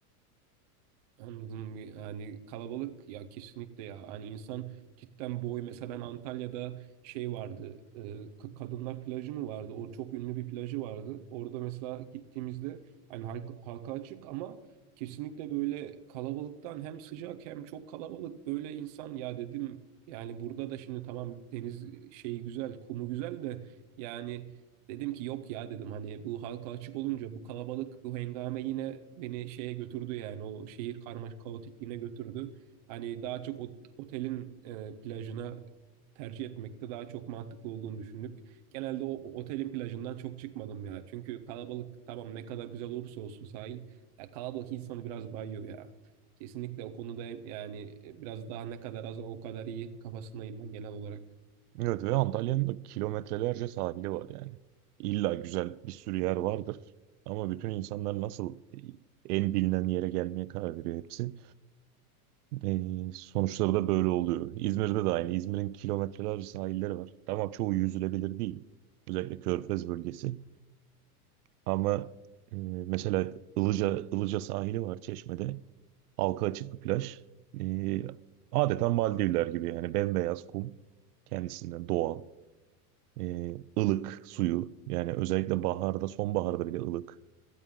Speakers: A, on the right; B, on the right.
A: Anladım yani kalabalık ya kesinlikle ya hani insan cidden boy mesela ben Antalya'da şey vardı e, Ka- Kadınlar Plajı mı vardı o çok ünlü bir plajı vardı orada mesela gittiğimizde hani halk, halka açık ama kesinlikle böyle kalabalıktan hem sıcak hem çok kalabalık böyle insan ya dedim yani burada da şimdi tamam deniz şeyi güzel kumu güzel de yani Dedim ki yok ya dedim hani bu halka açık olunca bu kalabalık bu hengame yine beni şeye götürdü yani o şehir karmaşık kaotikliğine götürdü. Hani daha çok ot- otelin e, plajına tercih etmekte daha çok mantıklı olduğunu düşündük. Genelde o o otelin plajından çok çıkmadım ya. Çünkü kalabalık tamam ne kadar güzel olursa olsun sahil ya kalabalık insanı biraz bayıyor ya. Kesinlikle o konuda yani e, biraz daha ne kadar az o kadar iyi kafasındayım ben genel olarak.
B: Evet ve Antalya'nın da kilometrelerce sahili var yani. İlla güzel bir sürü yer vardır. Ama bütün insanlar nasıl en bilinen yere gelmeye karar veriyor hepsi. Ee, sonuçları da böyle oluyor. İzmir'de de aynı. İzmir'in kilometrelerce sahilleri var. Tamam çoğu yüzülebilir değil. Özellikle Körfez bölgesi. Ama e, mesela Ilıca, Ilıca sahili var Çeşme'de. Halka açık bir plaj. Ee, adeta Maldivler gibi yani bembeyaz kum. Kendisinden doğal. E, ılık suyu yani özellikle baharda sonbaharda bile ılık.